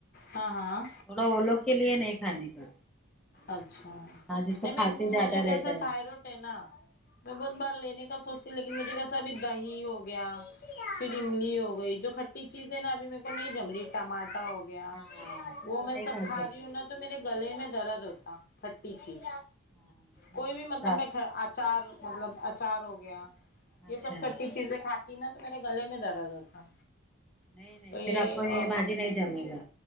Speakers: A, on the left (about 45°); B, in the centre.
A: ہاں ہاں
B: تھوڑا اولوگ کے لیے نہیں کھانے کا
A: اچھا
B: ہاں جس کو
A: نہیں میں
B: کھانسی زیادہ
A: مجھے
B: رہتا
A: کیسے تھائروڈ ہے نا میں بہت بار لینے کا سوچتی ہ لیکن مجھے کیسا ابھی دہی ہو گیا پھر املی ہو گئی جو ک ہے چیزیں نا ابھی میرے کو نہیں جمری ٹماٹر ہو گیا
B: ہاں
A: وہ
B: تو
A: میں
B: نہیں
A: سب کھا
B: سکتے
A: رہی ہوں نا تو میرے گلے میں درد ہوتا کھٹی چیز
B: ہاں نہیں
A: کوئی
B: نہیں
A: بھی مطلب
B: پھر
A: میں
B: آپ
A: اچار مطلب اچار ہو گیا
B: اچھا
A: یہ سب کھٹی چیزیں کھاتی نا تو میرے گلے میں درد ہوتا
B: نہیں نہیں
A: تو یہ
B: پھر آپ کو یہی باجی نہیں جمے گا